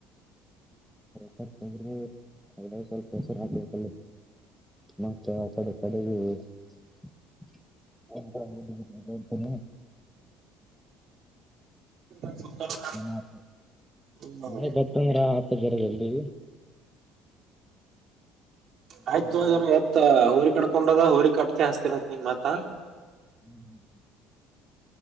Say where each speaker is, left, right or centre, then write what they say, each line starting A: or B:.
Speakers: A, in the centre; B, on the right.
A: ಸ್ವಲ್ಪ <unintelligible> <unintelligible> ಅಲ್ಲಪೊ ಮತ್ತೆ ಅಕಡಿಕಡೆಗೆ <unintelligible>
B: <inaudible>
A: ಫೊನ್ ಹಾಕು
B: ಹ್ಮ್
A: ಮನಿಗ್ ಬರ್ತಂದರ. <unintelligible> ಜಲ್ದಿ ಮಳೆ
B: ಆಯ್ತುದ
A: ಬರವಲ್ದು.
B: ಎತ್ ಹಊರಿ ಕಕೊಂಡದ ಹಊರಿ ಕಟ್ಕ ಹಸ್ತೇನತ್ ನಿಂಗ್ ಮಾತ್ತ.
A: ಹ್ಮ್ ಹ್ ಹ್